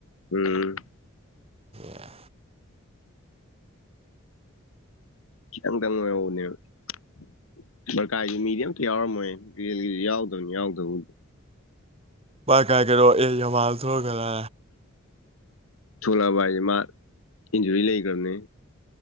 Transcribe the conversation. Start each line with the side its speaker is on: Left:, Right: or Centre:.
Left: ꯎꯝ
Right: ꯏ
Left: ꯆꯪ ꯇꯪꯅꯦꯔ ꯀꯥꯏ ꯃꯤꯗꯤꯝ ꯇ ꯌꯥꯎꯔ ꯃꯣꯏ ꯒꯤꯁꯤ ꯌꯥꯎꯗꯕꯅꯤ ꯌꯥꯎꯗꯕ
Right: ꯀꯥꯏꯒꯔꯣ ꯑꯩ ꯃꯜ ꯊꯒꯒ
Left: ꯊꯣꯂꯛꯑꯕ ꯍꯥꯏꯁꯦ ꯃꯥ ꯏꯟꯖꯔꯤ ꯂꯩꯈ꯭ꯔꯕꯅꯤ